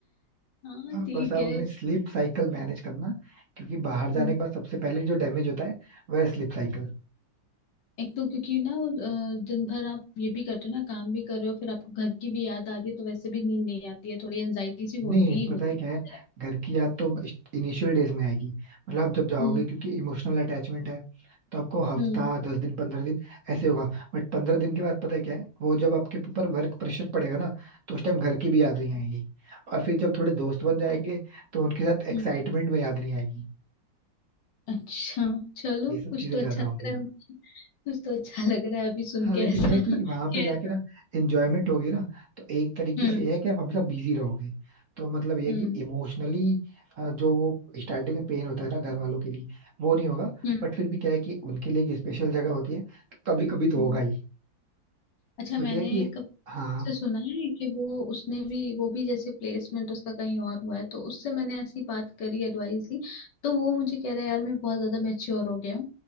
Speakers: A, on the left (about 65°); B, on the right (about 50°).
A: हाँ
B: आप
A: ठीक
B: बस आप
A: है
B: अपनी स्लीप साइकिल मैनेज करना क्योंकि बाहर जाने
A: हम्म,
B: के बाद सबसे पहले जो डैमेज होता है वह स्लीप साइकिल
A: एक तो क्योंकि ना अ, दिन भर आप ये भी करते हो ना काम भी कर रहे हो फिर आपको घर की भी याद आती है तो वैसे भी नींद नहीं आती है थोड़ी एनजाइटी सी होती
B: नहीं
A: ही
B: पता
A: होती
B: है क्या है
A: है
B: घर की याद तो इनिशियल डेज में आएगी मतलब आप जब जाओगे
A: हम्म
B: क्योंकि इमोशनल अटैचमेंट है तो आपको हफ्ता
A: हम्म
B: दस दिन पंद्रह दिन ऐसे होगा बट पंद्रह दिन के बाद पता है क्या है वो जब आपके ऊपर वर्क प्रेशर पड़ेगा ना तो उस टाइम घर की भी याद नहीं आएगी और फिर जब थोड़े दोस्त बन जाएंगे तो उनके साथ एक्साइटमेंट
A: हम्म,
B: में याद नहीं आएगी
A: अच्छा चलो
B: ये सब
A: कुछ
B: चीजें
A: तो
B: ज्यादा
A: अच्छा लग
B: होंगी
A: रहा है मुझे कुछ तो अच्छा लग रहा है अभी सुन
B: हाँ
A: के
B: लेकिन
A: ऐसा
B: यह है कि
A: <laughs> कैसा
B: वहां पे जाके ना एंजॉयमेंट होगी ना तो एक तरीके
A: हम्म
B: से यह है कि आप हमेशा बिजी रहोगे तो मतलब यह
A: हम्म
B: है कि इमोशनली जो वो स्टार्टिंग में पेन होता है ना घर वालों के लिए वो नहीं होगा
A: हम्म
B: बट फिर भी क्या है कि उनके लिए एक स्पेशल जगह होती है तो कभी कभी तो
A: हम्म
B: होगा ही
A: अच्छा मैंने
B: बट यह है कि
A: एक
B: हाँ
A: से सुना है कि वो उसने भी वो भी जैसे प्लेसमेंट उसका कहीं और हुआ है तो उससे मैंने ऐसी बात करी एडवाइस ली तो वो मुझे कह रहा है यार मैं बहुत ज्यादा मैच्योर हो गया हूँ